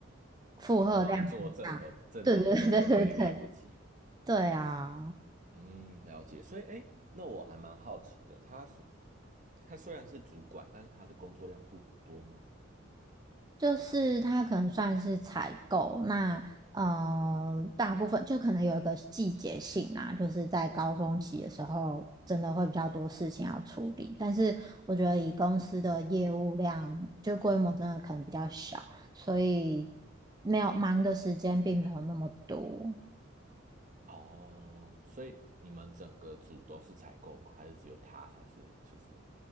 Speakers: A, on the right (about 20°); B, on the right (about 40°).
A: 负荷量很大。
B: 你光做正和正常的工作就已经来不及了。
A: 对对对对对对啊，
B: 嗯，了解。所以，哎，那我还蛮好奇的，他是他虽然是主管，但是他的工作量不多吗？
A: 就是它可能算是采购，那呃，大部分就可能有一个季节性啦，就是在高峰期的时候，真的会比较多事情要处理。但是我觉得以公司的业务量，就规模真的可能比较小，所以没有忙的时间并没有那么多。
B: 哦，所以你们整个组都是采购吗？还是只有他才是就是